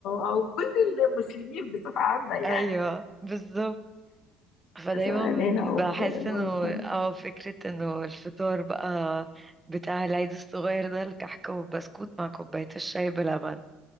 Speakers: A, on the left; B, on the right.
A: او كل المسلمين بصفة عامة يعني
B: ايوه بالظبط فدايما
A: سواء هنا او
B: بحس
A: في لندن
B: انه اه فكرة انه الفطار بقى بتاع العيد الصغير ده الكحكة والبسكوت مع كوباية الشاي بلبن